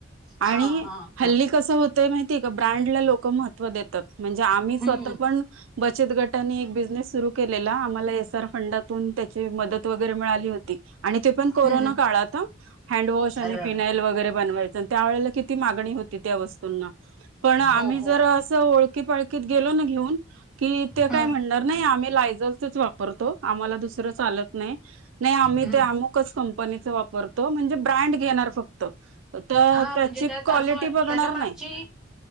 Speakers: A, on the right; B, in the centre.
A: आणि
B: हा हा
A: हल्ली
B: हा
A: कस होत. ते माहिती आहे का ब्रँडला लोक महत्त्व देतात म्हणजे आम्ही स्वतः
B: हम्म
A: पण बचत गटाने एक बिझनेस सुरू केलेला आम्हाला एस आर फंडातून त्याची मदत वगैरे मिळाली होती. आणि ते पण कोरोना
B: हम्म
A: काळात हं हँडवॉश आणि
B: अरे बाबा
A: फिनाइल वगैरे बनवायचं अन् त्यावेळेला कि मागणी होती त्या वस्तूंना पण आम्ही
B: हो
A: जर
B: हो
A: अस ओळखीपाळकीत. गेलो ना घेऊन की ते
B: हम्म
A: काय म्हणणार नाही आम्ही लायझॉलच च वापरतो आम्हाला दुसरं चालत. नाही नाही आम्ही
B: हम्म
A: ते अमुकच कंपनीच वापरतो म्हणजे ब्रँड घेणार फक्त तर
B: हा
A: त्याची
B: म्हणजे त्यात
A: क्वालिटी
B: अस
A: बघणार
B: त्याच्या मागची
A: नाही